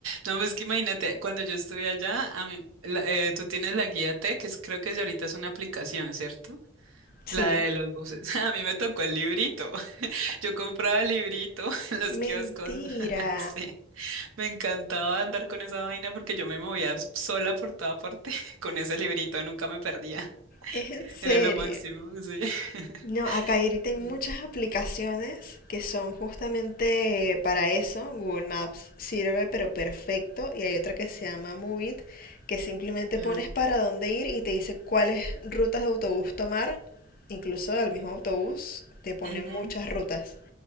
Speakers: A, on the right; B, on the left.
A: No, pues que imagínate, cuando yo estuve allá, a mí, la- eh, tú tienes la guía T, que es- creo que es de ahorita es una aplicación, ¿cierto?
B: Sí.
A: La de los buses. <laughs> A mí me tocó el librito. <laughs> Yo compraba el librito <laughs> en los kioscos.
B: Mentira,
A: <laughs> Sí. Me encantaba andar con esa vaina porque yo me movía sola por toda parte <laughs> con ese librito. Nunca me perdía.
B: es en
A: <laughs>
B: serio.
A: Era lo máximo. Sí. <laughs>
B: No, acá ahorita hay muchas
A: Sí.
B: aplicaciones que son justamente para eso. Google Maps sirve, pero perfecto. Y hay otra que se llama Move It, que simplemente
A: Ah,
B: pones para dónde ir y te dice cuáles rutas de autobús tomar. Incluso al mismo autobús te ponen
A: ujú.
B: muchas rutas.